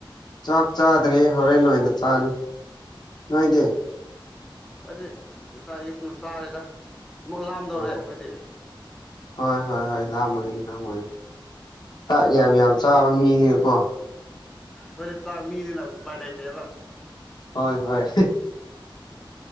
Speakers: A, on the left; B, in the centre.
A: ꯆꯥꯛ ꯆꯥꯗ꯭ꯔꯦ ꯍꯣꯔꯦꯟ ꯅꯣꯏꯅ ꯆꯥꯅꯤ ꯅꯣꯏꯗꯤ
B: ꯍꯥꯏꯣꯏꯗꯤ ꯉꯁꯥꯏ ꯑꯌꯨꯛꯇꯅ ꯇꯥꯔꯤꯦꯗ ꯑꯃꯨꯛ ꯂꯥꯑꯝꯗꯧꯔꯦ
A: ꯑꯣ
B: ꯑꯩꯈꯣꯏꯗꯤ
A: ꯍꯣꯏ ꯍꯣꯏ ꯍꯣꯏ ꯂꯥꯛꯑꯝꯃꯅꯤ ꯂꯥꯛꯝꯃꯅꯤ ꯥꯛ ꯌꯥꯝ ꯌꯥꯝ ꯆꯥꯕ ꯃꯤꯅꯦꯀꯣ
B: ꯐꯦ ꯆꯥꯛ ꯃꯤꯅꯤꯅ ꯄꯥꯏꯂꯥꯏꯇꯦꯕ
A: ꯍꯣꯏ ꯍꯣꯏ